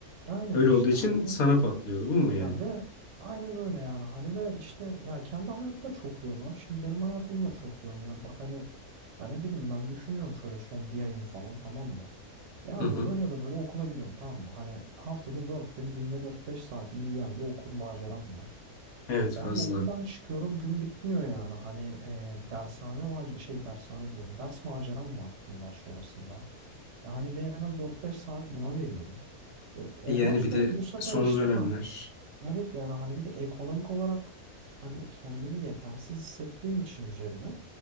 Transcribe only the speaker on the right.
Aynen
işte
hani
ya ve aynen öyle yani hani ve işte ya kendi hayatta çok yoğun abi şimdi benim hayatım da çok yoğun ya bak hani ya ne bileyim ben düşünüyorum şöyle son bir ayım falan tamam mı? Ya abi
öyle ya da böyle okula gidiyorum tamam mı? Hani haftada 4 gün, günde 4-5 saatimi yiyen bir okul maceram var.
Ya abi okuldan çıkıyorum gün bitmiyor yani. Hani e, dershane mac- şey dershane diyorum. Ders maceram var bundan sonrasında. Yani ben en az dört beş saat buna veriyorum. E, ondan
sonra
bu sefer
işte
ha evet yani hani bir de ekonomik olarak hani kendimi yetersiz hissettiğim için üzerine